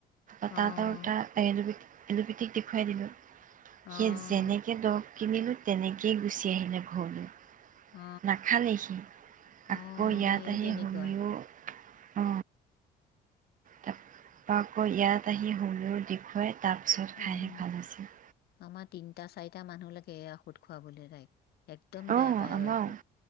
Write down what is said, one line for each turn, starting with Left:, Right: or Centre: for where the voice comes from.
Right: আ তাত
Left: অ',
Right: টা প বি এলোপেথিক দেখুৱাই দিলোঁ। সেই
Left: অ',
Right: যেনেকে ধৰ কিনিলোঁ তেনেকৈয়ে গুচি আহিলে ঘৰলে।
Left: অ',
Right: নাখালেহি
Left: অ',
Right: আকৌ ইয়াত
Left: আমাৰ এই
Right: আহি
Left: তেনেকুৱা
Right: সোনিব অ। তাৰপ আকৌ ইয়াত আহি হোমিঅ দেখুৱাই তাৰপিছত
Left: উম,
Right: খাইহে ভাল হৈছে।
Left: আমাৰ তিনিটা চাৰিটা টা মানুহ লাগে ঔষধ খুৱাবলৈ ৰায়ক। একদম বেয়া
Right: অ',
Left: পায় এই
Right: আমাৰো
Left: ঔষধ,